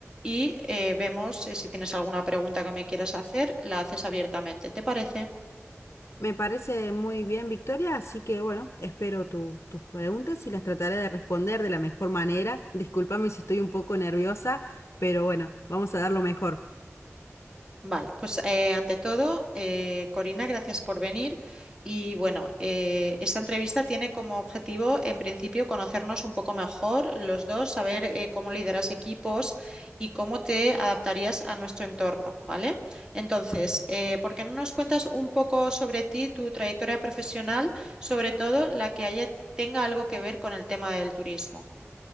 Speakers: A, on the right (about 15°); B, on the left (about 65°).
A: Y eh, vemos eh, si tienes alguna pregunta que me quieras hacer, la haces abiertamente. ¿Te parece?
B: Me parece muy bien, Victoria, así que bueno, espero tu- tus preguntas y las trataré de responder de la mejor manera. Discúlpame si estoy un poco nerviosa, pero bueno, vamos a dar lo mejor.
A: Vale, pues eh, ante todo, eh, Corina, gracias por venir. Y bueno, eh, esta entrevista tiene como objetivo, en principio, conocernos un poco mejor los dos, saber eh, cómo lideras equipos y cómo te adaptarías a nuestro entorno, ¿vale? Entonces, eh, ¿por qué no nos cuentas un poco sobre ti, tu trayectoria profesional, sobre todo la que haya, tenga algo que ver con el tema del turismo?